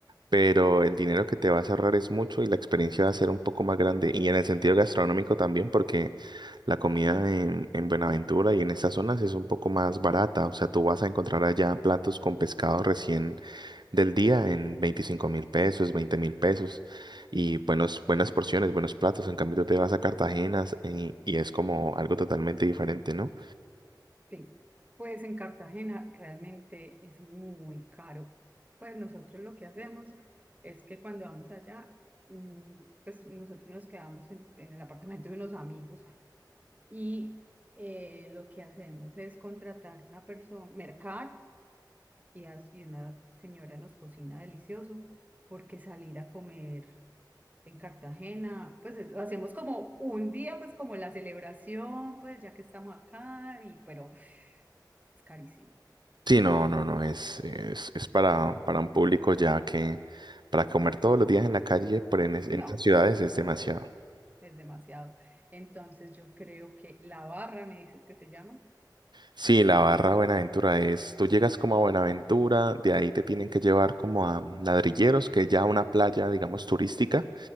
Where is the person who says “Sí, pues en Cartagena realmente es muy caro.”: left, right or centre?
Right